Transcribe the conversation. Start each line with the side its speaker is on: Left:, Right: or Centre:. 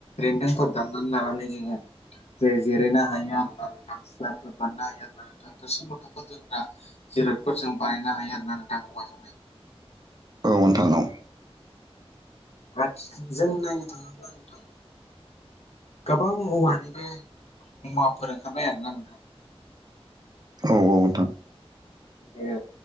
Left: रेनदोंफोर दाननानै लानानै जोङो। जे जिरायनो हायो आरो ना नोंथां सियारफोर बानायनो हायो आरो ना नोंथां थोरसि लथाफोरजों दा जिरतफोरजों बानायनो हायो नोंथां औवाजोंनो
Right: औ नोंथां औ
Left: आथि जों नायनो थाङोब्ला नोंथां गोबां औवानि बे मुवाफोर ओंखारनाय आरोना नोंथां
Right: औ औ नोंथां
Left: जे